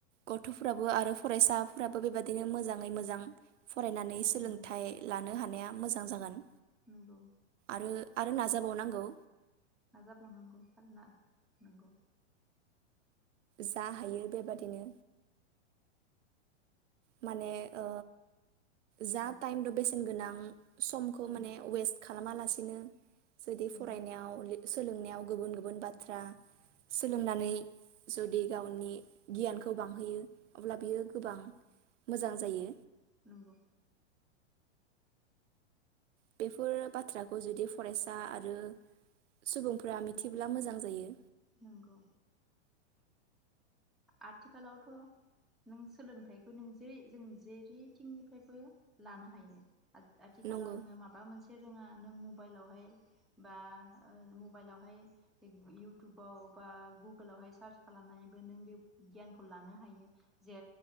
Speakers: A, on the right (about 80°); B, in the centre.
A: गथ'फ्राबो आरो फरायसाफोराबो बेबायदिनो मोजाङै मोजां- फरायनानै सोलोंथाइ
B: नंगौ
A: लानो हायो। माया मोजां जागोन
B: नोंगौ
A: आरो आरो नाजाबावनांगौ।
B: नाजाबावनांगौ आरो ना नोंगौ।
A: जा हायो बेबादिनो माने ओ जा
B: औ
A: टाइम दो बेस गुनगोनां समखौ
B: नंगौ
A: माने वेस्ट खालामालासिनो जुदि
B: नंगौ
A: फरायनायाव लि सोलोंनायाव गुबुन गुबुन बाथ्रा सोलोंनानै जुदि गावनि गियानखौ बांहोयो अब्ला बियो गोबां मोजां
B: नंगौ
A: जायो
B: नंगौ।
A: बेफोर बाथ्राखौ जुदि फरायसा आरो सुबुंफोरा मिथिब्ला मोजां जायो।
B: नंगौ आथिखालावथ' नों सोलोंथाइखौ नों जे जों जेरैथिंनिफ्रायबो लानो हायो। आथिखालाव
A: नंगौ
B: नोङो माबा मोनसे रोङा नों मबाइलावहाय बा ओ मबाइलावहाय इउ‌ टुबाव बा गुगोलावहाय सार्च खालामनानैबो नों बे गियानखौ लानो हायो जे